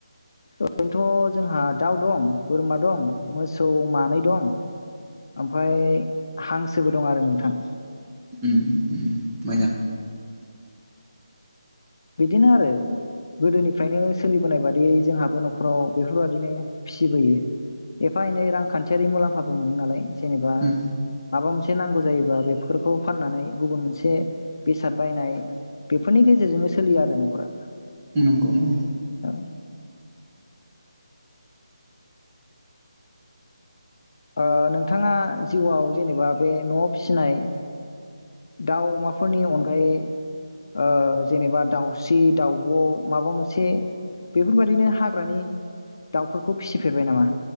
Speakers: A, on the left; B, on the right.
A: ओरैनोथ' जोंहा दाउ दं बोरमा दं मोसौ मानै दं। ओमफ्राय हांसोबो दं आरो नोंथां।
B: उम उम मोजां।
A: औ बिदिनो आरो गोदोनिफ्रायनो सोलिबोनाय बादियै जोंहाबो न'खराव बेफोरबादिनो फिसिबोयो। एफा एनै रांखान्थि रि मुलाम्फाबो मोनो नालाय। जेनेबा
B: उम
A: माबा मोनसे नांगौ जायोबा बेफोरखौ फाननानै गुबुन मोनसे बेसाद बायनाय बेफोरनि गेजेरजोंनो सो सोलियाआरो न'खरा।
B: नंगौ नंगौ।
A: औ ओ नोंथाङा जिउआव जेनेबा बे न'आव फिसिनाय दाउ अमाफोरनि अनगायै ओ जेनेबा दाउस्रि दाउब' माबा मोनसे बेफोरबायदिनो हाग्रानि दाउफोरखौ फिसिफेरबाय नामा